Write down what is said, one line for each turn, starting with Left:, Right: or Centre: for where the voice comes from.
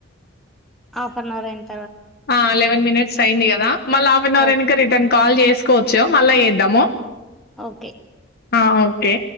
Centre: ఆఫ్ అన్ అవర్ అయింది.
Left: ఆ అలెవెన్ మినెట్స్ అయ్యింది కదా మళ్ళా హఫ్ అన్ అవర్
Centre: ఓ
Left: అయినాంక రిటర్న్ కాల్ చేసుకోవచ్చు మళ్ళా చేద్దాము.
Centre: ఓకే
Left: ఆ ఓకే